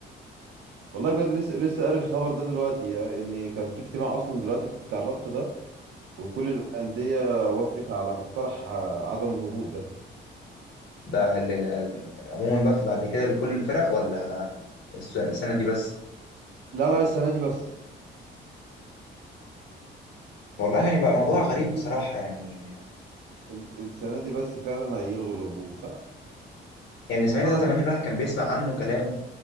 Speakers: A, on the right; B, on the left.
A: والله بجد لسه لسه قاري الخبر ده دلوقتي يعني ان كان في اجتماع اصلا دلوقتي بتاع الرابطه ده وكل الأندية وافقت على مقترح آه، عدم الهبوط ده
B: ده ال- ال- عموما بقى في- بعد كده لكل الفرق ولا الس- السنه دي بس
A: لا لا السنة دي بس
B: والله يعني بقى موضوع
A: الس-
B: غريب بصراحه يعني
A: ال- السنة دي بس فعلا هيلغوا الهبوط ف-
B: يعني الاسماعيلي
A: والله راح
B: ده زمان
A: مش
B: الواحد
A: عارف
B: كان بيسمع عنه كلام